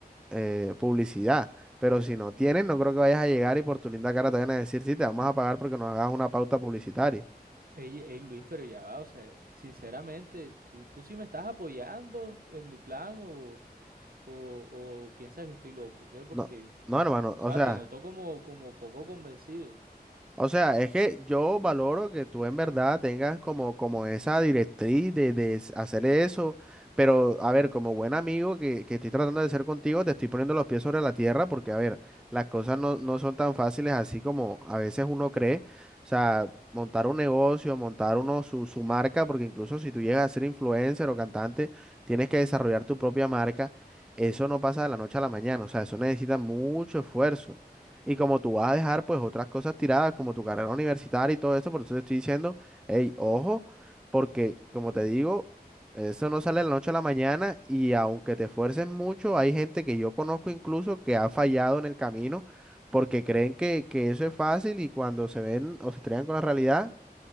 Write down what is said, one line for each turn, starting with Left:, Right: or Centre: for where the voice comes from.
Centre: eh, publicidad. Pero si no tienes, no creo que vayas a llegar y por tu linda cara te van a decir, sí, te vamos a pagar porque nos hagas una pauta publicitaria.
Right: Ey, ey, Luis, pero ya va, o sea, sinceramente, ¿tú, tú sí me estás apoyando en mi plan o, o, o piensas que estoy loco? ¿Qué? Porque,
Centre: No, no, hermano,
Right: o
Centre: o
Right: sea,
Centre: sea,
Right: te noto como, como poco convencido.
Centre: o sea, es que yo valoro que tú en verdad tengas como, como esa directriz de, de s- hacer eso, pero a ver, como buen amigo que, que estoy tratando de ser contigo, te estoy poniendo los pies sobre la tierra porque, a ver, las cosas no, no son tan fáciles así como a veces uno cree, o sea, montar un negocio, montar uno su, su marca, porque incluso si tú llegas a ser influencer o cantante, tienes que desarrollar tu propia marca, eso no pasa de la noche a la mañana, o sea, eso necesita mucho esfuerzo. Y como tú vas a dejar pues otras cosas tiradas, como tu carrera universitaria y todo eso, por eso te estoy diciendo, hey, ojo, porque como te digo, eso no sale de la noche a la mañana y aunque te esfuerces mucho, hay gente que yo conozco incluso que ha fallado en el camino porque creen que, que eso es fácil y cuando se ven o se estrellan con la realidad,